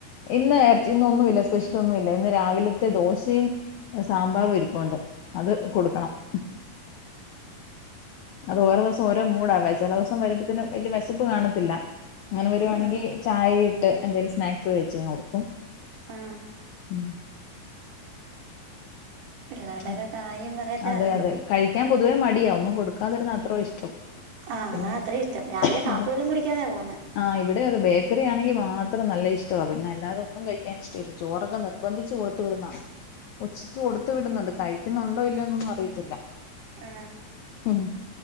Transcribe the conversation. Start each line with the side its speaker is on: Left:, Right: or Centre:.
Left: ഇന്ന് എറച്ചി ഇന്നൊന്നുവില്ല സ്പെഷ്യൽ ഒന്നുവില്ല ഇന്ന് രാവിലത്തെ ദോശയും സാമ്പാറും ഇരിപ്പുണ്ട് അത് കൊടുക്കണം <inaudible> അത് ഓരോ ദിവസം ഓരോ മൂടാ ചെല ദിവസം വരുമ്പോത്തിന് വല്ല്യ വെശപ്പ് കാണത്തില്ല. അങ്ങനെ വരുവാണെങ്കിൽ
Right: ഉം ഉം
Left: ചായെ ഇട്ട് എന്തേലും സ്നാക്സ് <unintelligible> കൊടുക്കും.
Right: ആ
Left: ഉം.
Right: പിള്ളേർടെക്കെ
Left: അങ്ങനെ.
Right: കാര്യം പറയാത്താല്ലത്
Left: അതെ <unintelligible> പൊതുവേ മടിയാ ഒന്നും കൊടുക്കാതിരുന്ന അത്രോ ഇഷ്ടം
Right: ആഹ്
Left: പിന്നെ
Right: അതാ അത്ര ഇഷ്ടം രാവിലെ കാപ്പി
Left: അതെ
Right: പോലും കുടിക്കാതെയാ പോന്നെ
Left: ആ ഇവിടെ അതെ ബേക്കറി ആണെങ്കി മാ നല്ല ഇഷ്ടവാ പിന്നെ അല്ലാതെ ഒന്നും കഴിക്കാൻ ഇഷ്ടല്ല ചോറൊക്കെ നിർബന്ധിച്ച് കൊടുത്തു വിടുന്നതാ <unintelligible> കൊടുത്ത് വിടുന്നുണ്ട് കഴിക്കുന്നുണ്ടോ ഇല്ലയോ എന്നൊന്നും അറിയത്തില്ല
Right: ആ
Left: ഉം,